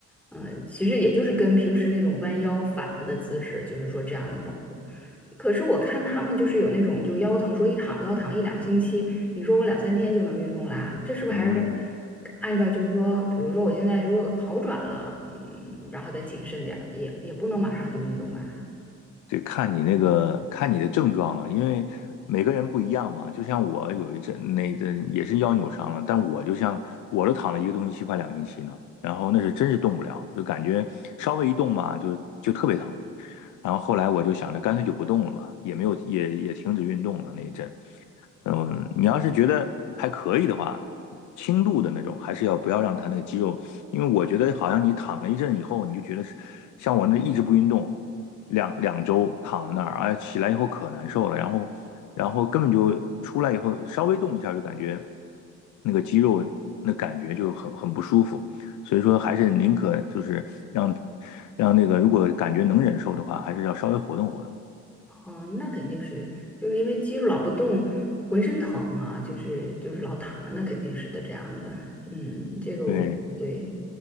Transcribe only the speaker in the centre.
嗯，呃其实也就是跟平时那种弯腰反着的姿势，就是说这样能保护。可是我看他们就是有那种就腰疼，说一躺都要躺一两个星期，你说我两三天就能运动啦？这是不是还是
按照就是说，比如说我现在如果好转了，嗯，然后再谨慎点儿，也也不能马上就运动吧？
嗯，那肯定是就是因为肌肉老不动，浑身疼啊，就是就是老躺着，那肯定是的这样的。嗯，这个我对。